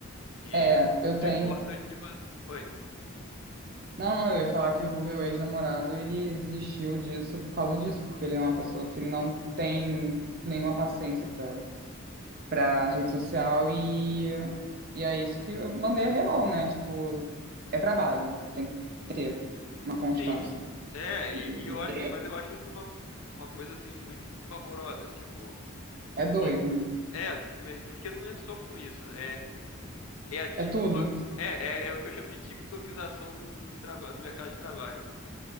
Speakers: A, on the left (about 75°); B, on the right (about 45°).
A: E
B: É, eu tenho.
A: não importa o que você. Oi.
B: Não, não, eu ia falar que o meu ex-namorado ele desistiu disso por causa disso, porque ele é uma pessoa que não tem nenhuma paciência pra, pra rede social e, e é isso que eu mandei a real, né? Tipo, é trabalho, ter uma constância.
A: Sim, é, e,
B: E
A: e eu acho, mas eu acho isso uma, uma coisa assim muito pavorosa. Tipo,
B: É doido,
A: to- é, me- porque não é só com isso. né? É, é a TikTok.
B: é tudo,
A: É, é, é o que eu chamo de TikTokização do, do trabalho, do mercado de trabalho.